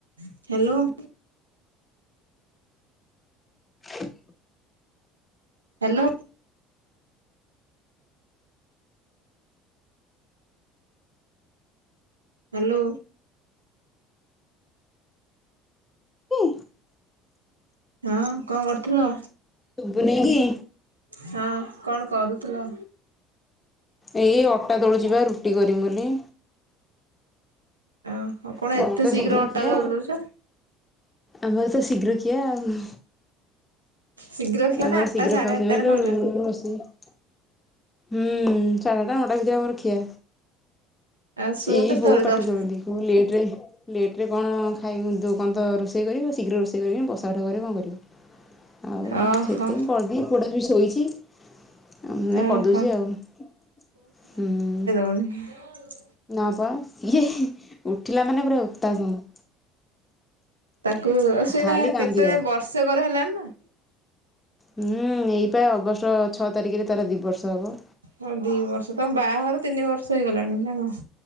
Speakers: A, on the right; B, on the left.
A: Hello.
B: ହୁଁ।
A: Hello. Hello.
B: ହଁ।
A: ହଁ କଣ କରୁଥିଲ?
B: ଶୁବୁ ନେଇକି?
A: ହଁ କଣ କରୁଥିଲ?
B: ଏଇ ଅଟା ଦଳୁଚିବା ରୁଟି କରିମି ବୋଲି।
A: ହଁ ହଉ କଣ
B: ଆମର
A: ଏତେ
B: ତ
A: ଶୀଘ୍ର ଅଟା
B: ଖିଆ।
A: ଦଲଦଉଛ?
B: ଆମର ତ ଶୀଘ୍ର ଖିଆ ଆଉ।
A: ଶୀଘ୍ର ଖିଆ
B: ଆମର
A: ନା ଆଠଟା
B: ଶୀଘ୍ର
A: ସାଢେ
B: ଖାଉଛନ୍ତି
A: ଆଠଟାରେ ଖାଉଛ?
B: <unintelligible> ହୁଁ ସଢଟା ନଅଟା ଭିତରେ ଆମରଖିଆ।
A: ଆଉ ଶୁଅ
B: ଏଇ
A: କେତେବେଳେ
B: ବୋଉ ପାଟି
A: ଦଶ
B: କରନ୍ତି। ହଁ ଲେଟରେ ଲ୍ଟ୍ରରେ କଣ ଖାଇ କ ତ ରୋଷେଇ କରିବ ଶୀଘ୍ର ରୋଷେଇ କରିକି ବସାଠରେ କଣ କରିବ। ଆଉ
A: ଓହୋ
B: ସେଥିପାଇଁ କରିଦି ପୁଅଟା ଟିକେ ଶୋଇଛି ଆ କରିଦେଉଛି
A: ଓହୋ
B: ଆଉ ହୁ।
A: ହନି <unintelligible>
B: ନା ପା ଇଏ ଉଠିଲା ମାନେ ପୁରା ଉତ୍ତାସନ।
A: ତାକୁ ସେନା
B: ଖାଲି କାନ୍ଦିବ।
A: କେତେ ବର୍ଷକର ହେଲାଣି ନା।
B: ହଁ ଏଇପା ଅଗଷ୍ଟ ଛଅ ତାରିଖରେ ତାର ଦୁଇ ବର୍ଷ ହବ।
A: ହଁ ଦି ବର୍ଷ ତମ ବାହାଘର ତିନି ବର୍ଷ ହେଇଗଲାଣି ନା କଣ?